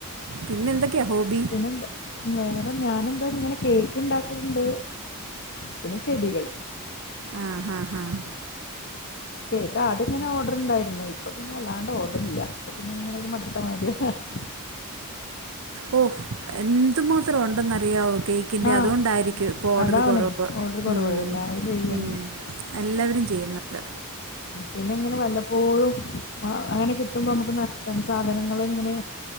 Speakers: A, on the right; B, on the left.
A: പിന്നെന്തൊക്കെയാ ഹോബി.
B: അതന്നെന്ത് വേറെ ഞാനെന്താ ങ്ങനെ കേ ക്ക്ണ്ടാക്ക്ണ്ട് പിന്നെ ചെടികള്.
A: ആഹ് അഹ് ആഹ്
B: കേക്കാദൃങ്ങനെ ഓഡ്ർണ്ടായിരുന്നു ഇപ്പൊ പിന്നെ വല്ലാണ്ട് ഓഡ്ർ ഇല്ലൃ അപ്പൊ പിന്നെ എങ്ങനെ ഒരു മടുത്തമാതിയാ <unintelligible>
A: ഓ എന്തുമാത്രം ഉണ്ടെന്നറിയാവോ കേക് ക്കിൻ്റെ
B: ആഹ്
A: അതുകെണ്ടായിരിക്കു ഇപ്പൊ ഓർഡർ
B: അതാവണേ
A: കുറവ്
B: ഓർഡർ കുറവ്
A: ഉം
B: എല്ലാരും ചെയ്യാണ്
A: ഉം. എല്ലവെരും ചെയ്യുന്നുണ്ട്.
B: പിന്നെങ്ങനെ വല്ലപ്പോഴും അങ്ങനെ കിട്ടുമ്പോ നമുക്ക് നഷ്ടാണ് സാധനങ്ങള് ഇങ്ങനെ.